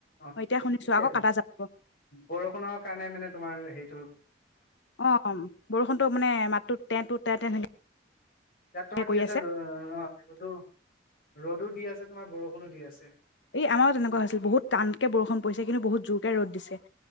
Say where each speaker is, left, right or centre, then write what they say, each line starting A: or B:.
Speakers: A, on the left; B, on the left.
A: অ',
B: এতিয়া শুনিছো আকৌ
A: এ,
B: কাটা যাব
A: বৰষুণৰ কাৰণে মানে তোমাৰ সেইটো
B: অ ' বৰষুণতটো মানে মাতটো <unintelligible>
A: ইয়াত তোমাৰ
B: তে কৰি
A: কি আছে ৰ অ ৰ'দো ৰ'দো দি আছে তোমাৰ বৰষুণো দি আছে।
B: এই আমাৰো তেনেকুৱা হৈছিল বহুত টানকে বৰষুণ পৰিছে কিন্তু বহুত জোৰকে ৰ'দ দিছে।